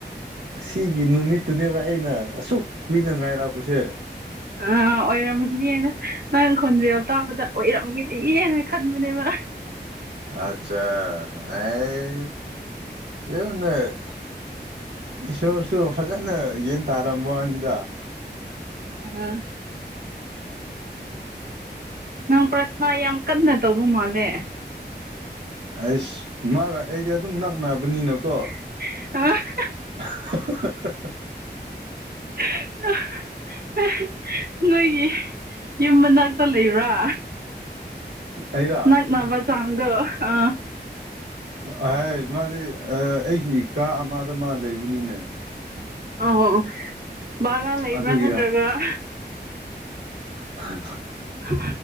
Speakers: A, on the right; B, on the right.
A: ꯑꯁꯤꯒꯤ ꯅꯨꯃꯤꯠꯇꯨꯅꯦꯕ ꯑꯩꯅ ꯑꯁꯨꯛ ꯀꯨꯏꯅ ꯉꯥꯏꯔꯛꯄꯖꯦ
B: ꯑ ꯑꯣꯏꯔꯝꯃꯒꯅꯤꯅ ꯅꯪ ꯈꯣꯟꯖꯜ ꯇꯥꯕꯗ ꯑꯣꯏꯔꯝꯒꯅꯤꯅ ꯈꯟꯕꯅꯦꯕ
A: ꯑꯆꯥ ꯑꯦ <unintelligible> ꯏꯁꯣꯔꯁꯨ ꯐꯖꯅ ꯒꯦꯟ ꯇꯥꯔꯝꯕꯋꯥꯅꯤꯗ
B: ꯎꯝ ꯅꯪ ꯄ꯭ꯔꯊꯅꯥ ꯌꯥꯝ ꯀꯟꯅ ꯇꯧꯕ ꯃꯥꯜꯂꯦ
A: ꯑꯩꯁ ꯃꯥꯒ ꯑꯩꯒ ꯑꯗꯨꯝ ꯅꯛꯅꯕꯅꯤꯅꯀꯣ
B: <unintelligible>
A: <unintelligible>
B: <unintelligible> ꯅꯣꯏꯒꯤ ꯌꯨꯝ ꯃꯅꯥꯛꯇ ꯂꯩꯕ꯭ꯔꯥ
A: ꯑꯩꯔꯥ
B: ꯅꯪ ꯃꯕ ꯆꯥꯡꯗ ꯑ
A: ꯍꯥꯏ ꯃꯥꯗꯤ ꯑꯩꯒꯤ ꯀꯥ ꯑꯃꯗ ꯑꯃ ꯂꯩꯕꯅꯤꯅꯦ
B: ꯑ ꯕꯔꯥ ꯂꯩꯕ꯭ꯔꯥ
A: ꯑꯗꯨꯒꯤ
B: ꯅꯠꯇ꯭ꯔꯒ
A: ꯍ
B: ꯍ